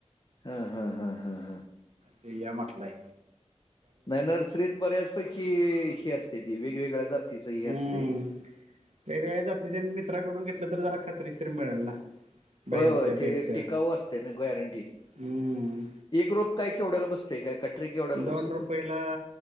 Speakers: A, on the left (about 40°); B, on the right (about 80°).
A: हां. हां. हां. हां.
B: तो या म्हटलाय.
A: म नर्सरीत बऱ्याच पैकी हे असत्याती. वेगवेगळ्या जातीच हे
B: हम्म
A: असतेय.
B: वेगवेगळ्या जातीचं आणि मित्राकडून घेतलं तर जरा खात्रीशीर मिळेल ना? बाहेरच्या
A: होय. होय. ते
B: पेक्षा
A: टिकाऊ असते ना गॅरंटी?
B: हम्म
A: एक रोप काय केवढ्यायला बसत? -य काय <unintelligible>
B: दोन रुपयेला.
A: तो